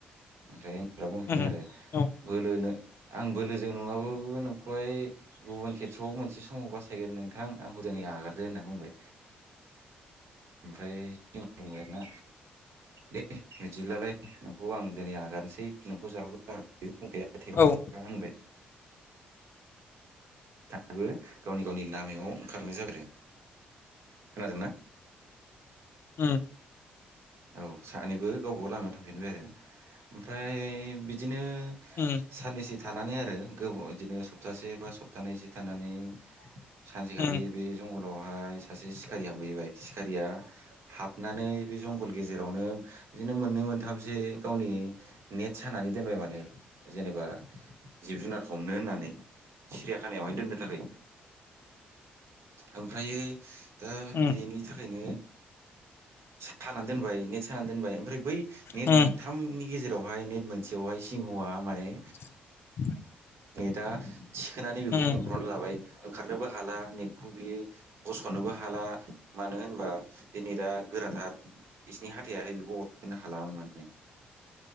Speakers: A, on the right; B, on the left.
A: ओमफ्राय बे बुंफिबाय
B: उम
A: आरो
B: औ
A: बोलो नो आं बोलोजों नंङाबाबो नोंखौहाय गुबुन खेथ्र'आव मोनसे समाव बासायगोन नोंथां आंखौ दिनै आगारदो होनना बुंबाय। ओमफ्राय सि दंबाय आरोना दे बिदिब्लालाय नोंखौ आं दिनै आगारसै नोंखौ जाब्ला आ गैया
B: औ।
A: होनबाय दाबो गावनि गावनि लामायाव ओंखारनाय जाबो खोनादों ना?
B: उम
A: औ सानैबो गावबागाव लामायाव थांफिनबाय आरो। ओमफ्राय बिदिनो।
B: उम।
A: साननैसो थानानै आरो गोब बिदिनो सप्तासे बा सप्तानैसो थानानै। सानसेखालि
B: उम
A: बे जंगलावहाय सासे सिखारिया बोहैबाय सिखारिया हाबनानै बे जंगल गेजेरावनो बिदिनो मोननै मोनथामसो गावनि नेट सानानै दोनबाय माने जेनेबा जिब जुनार हमनो होननानै। सिरिया खानायावहाय दोननो थाखाय ओमफ्रायो। दा
B: उम
A: बेनि थाखायनो सानानै दोनबाय नेट सानानै दोनबाय ओमफ्राय बै नेट
B: उम
A: मोन थामनि गेजेरावहाय नेट मोनसेयावहाय सिंहआ माने
B: <inaudible>
A: दा थिखोनानै बेखौ
B: उम
A: हमखनानै लाबाय ओंखारनोबो हाला नेटखौ बियो गस'नोबो हाला मानो होनबा बे नेटा गोराथार। बिसिनि हाथथायाहाय बेखौ अरफना हालामोन माने